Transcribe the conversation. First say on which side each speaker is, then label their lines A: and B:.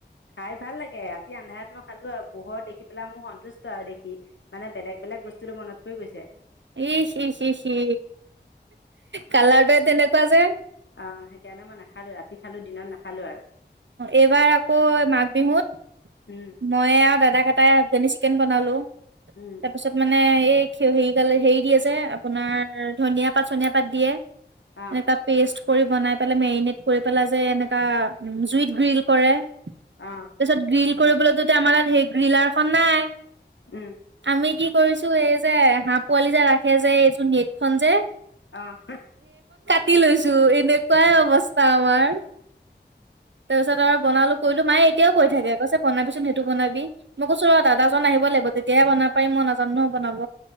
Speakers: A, on the left (about 85°); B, on the right (about 75°).
A: খাই ভাল লাগে ৰাতি আন্ধাৰাত মই খালো আৰু পোহৰ দেখি পেলাই মোৰ সন্তুষ্ট আৰু দেখি। মানে বেলেগ-বেলেগ বস্তুটো মনত পৰি গৈছে।
B: ই স সি-সি কালাৰটোৱে তেনেকুৱা যে।
A: অ সেইকাৰণে মই নাখালো ৰাতি খালো দিনত নাখালো আৰু।
B: এইবাৰ আকৌ মাঘ বিহুত
A: উম
B: মই আৰু দাদাক এটাই হানী <unintelligible> চিকেন বনালো,
A: উম
B: তাৰপিছত মানে মানে এই হেৰিল হেৰি দিয়ে যে আপোনাৰ ধনিয়া পাত চনিয়া পাত দিয়ে।
A: অ
B: এনেকা পেষ্ট বনাই পেল মেৰিনেট কৰি পেলাই যে এনেকা জুইত গ্ৰীল কৰে। তাৰপিছত
A: অ
B: গ্ৰিল কৰিবলৈতো য়া আমাৰ ত সেই গ্ৰিলাৰ খন নাই
A: উম
B: আমি কি কৰিছো এই যে হাঁহ পোৱালি যে ৰাখে যে এইযোৰ নেট খন যে
A: অ'।
B: তি লৈছো এনেকুৱাই অৱস্থা আমাৰ। তিছত আৰু বনালো কলো মায়ে এতিয়াও কৈ থাকে কৈছে বনাবিচোন সেইটো বনাবি, মই কৈছো ৰ দাদাজন আহিব লাগিব। তেতিয়াই বনাব পাৰিম মই নাজানো নহয় বনাব।